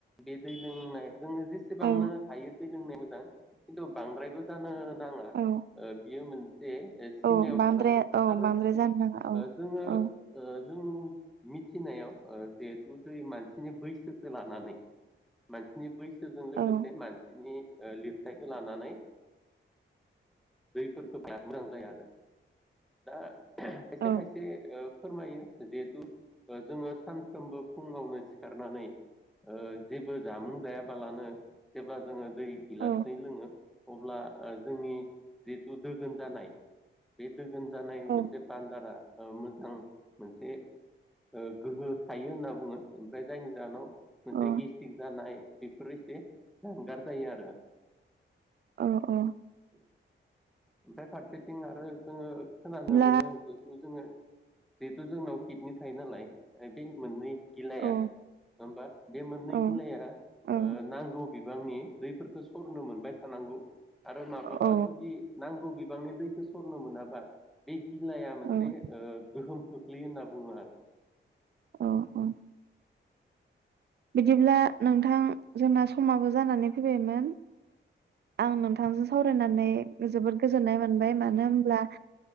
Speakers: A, in the centre; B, on the right.
A: बे दै लोंनाय जोङो जेसेबांनो
B: औ
A: हायो दै लोंनाया मो जां खिन्थु बांद्रायबो जानो नाङा
B: औ
A: ओ बियो मोन- से एस- सिमायाव
B: औ बांद्राय
A: थानांगौ
B: औ
A: आरो
B: बांद्राय जानो नाङा औ
A: ओ जोङो
B: औ
A: ओ जों मिथिनायाव ओ जिहेथु दै मानसिनि बैसोखो लानानै मानसिनि बैसो जों लोगोसे
B: औ
A: मानसि बिनि ओ लिरथायखो लानानै दैफोरखो <unintelligible> मोजां जाया आरो दा खायसे
B: औ
A: खायसे ओ फोरमायो जिहेतु ओ जोङो सानफ्रोमबो फुङावनो सिखारनानै ओ जेबो जामुं जायाबालानो जेब्ला जोङो दै गिलास
B: औ
A: नै लोङो अब्ला जोंनि जिहेतु दोगोन जानाय बे दोगोन जानाय
B: औ
A: मोनसे बान्दारा औ मोजां मोनसे ओ गोहो थायो होनना बुङो ओमफ्राय जायनि जाहोनाव मोनसे
B: औ
A: गेस्टिक जानाय बेफोर एसे जानगार जायो आरो
B: औ औ
A: <inaudible> ओमफाय फारसेथिं आरो जोङो खोनानो
B: बिदिब्ला
A: मोनो जिहेतु जोङो जिहेतु जोंनाव किडनि खायो नालाय बे मोननै गिलाया
B: औ
A: नङा होमबा बे मोननै
B: औ
A: गिलाया
B: औ
A: ओ नांगौ बि बांनि दैफोरखौ सरनो मोनबाय थानांगौ। आरो माब्लाबा
B: औ
A: जुदि नांगौ बिबांनि दैखौ सर नो मोनाबा बे गिलाया मोनसे
B: औ
A: ओ गोहोम खोख्लैयो होनना बुङो आरो
B: औ औ बिदिब्ला नोंथां जोंना समाबो जानानै फैबायमोन आं नोंथांजों सावरायनानै जोबोद गोजोननाय मोनबाय मानो होमब्ला